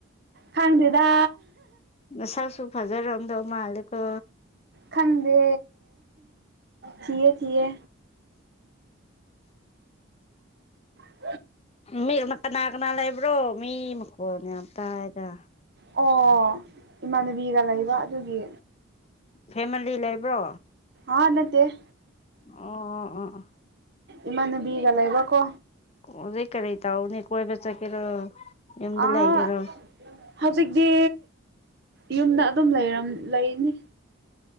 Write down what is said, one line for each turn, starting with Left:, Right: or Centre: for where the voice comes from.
Right: ꯈꯪꯗꯦꯗ
Left: ꯃ ꯁꯥꯥꯏ ꯁꯨ ꯐꯖꯔꯣ ꯑꯝꯗꯣ ꯃꯥꯂꯀ
Right: ꯈꯪꯗ ꯆꯌꯦ ꯆꯌꯦ ꯎꯝ
Left: ꯃꯤꯅ ꯀꯅꯥ ꯀꯅꯥ ꯂꯩꯕ꯭ꯔꯣ ꯃꯤ ꯃꯈꯣꯟꯅꯦ ꯑꯇꯥꯏꯅ
Right: ꯑꯣ ꯏꯃꯥꯟꯅꯕꯤꯒ ꯂꯩꯕ ꯑꯗꯨꯒꯤ
Left: ꯐꯦꯃꯤꯂꯤ ꯂꯩꯕ꯭ꯔꯣ
Right: ꯑ ꯅꯠꯇꯦ
Left: ꯑꯣ ꯑꯣ ꯑꯣ
Right: ꯏꯃꯥꯟꯅꯕꯤꯒ ꯂꯩꯕꯀꯣ
Left: ꯑꯣꯗ ꯀꯔꯔꯤ ꯇꯥꯎꯅꯤ ꯀꯣꯏ ꯐ ꯆ ꯀꯦꯔ ꯑꯗ
Right: ꯑꯥ
Left: ꯂꯩꯒꯦꯔ
Right: ꯍꯧꯖꯤꯛꯇꯤ ꯌꯨꯝꯗ ꯑꯗꯨꯝꯝ ꯂꯩꯅꯤ